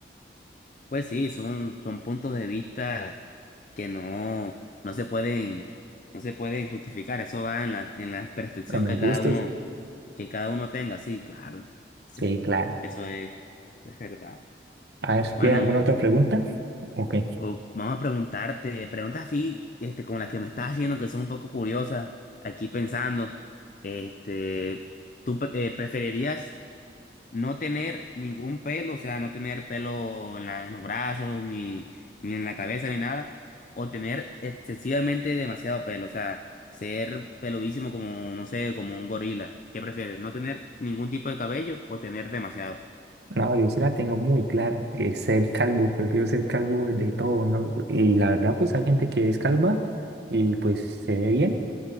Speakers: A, on the left; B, on the right.
A: Pues sí, son, son puntos de vista que no, no se pueden, no se pueden justificar. Eso va en la, en la percepción
B: en los
A: que cada
B: gustos.
A: uno, que cada uno tenga. Sí, claro. Eso,
B: Sí, claro.
A: eso es, es verdad.
B: A ver,
A: Bueno.
B: ¿tienes alguna otra pregunta? Ok.
A: O vamos a preguntarte, preguntas así, este, como las que me estás haciendo, que son un poco curiosas, aquí pensando, este, ¿tú pre- eh, preferirías no tener ningún pelo, o sea, no tener pelo en la- en los brazos, ni, ni en la cabeza, ni nada, o tener excesivamente demasiado pelo, o sea, ser peludísimo como, no sé, como un gorila? ¿Qué prefieres, no tener ningún tipo de cabello o tener demasiado?
B: No, yo sí la tengo muy clara. eh, ser calvo, prefiero ser calvo de todo, ¿no? Y la verdad, pues hay gente que es calva y pues se ve bien.